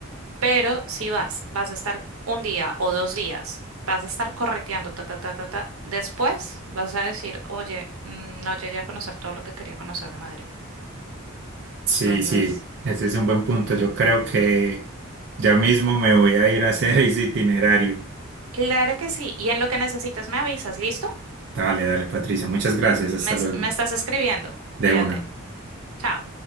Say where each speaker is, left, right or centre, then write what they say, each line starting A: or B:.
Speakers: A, on the right; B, on the right.
A: Pero si vas, vas a estar un día o dos días, vas a estar correteando, ta, ta, ta, ta, ta, después vas a decir, oye, mm, no llegué a conocer todo lo que quería conocer de Madrid.
B: Sí,
A: Entonces,
B: sí, ese es un buen punto. Yo creo que ya mismo me voy a ir a hacer <laughs> ese itinerario.
A: claro que sí. Y en lo que necesitas me avisas, ¿listo?
B: Dale, dale, Patricia. Muchas gracias. Hasta
A: Me, es-
B: luego.
A: me estás escribiendo.
B: De
A: Cuídate.
B: una.
A: Chao.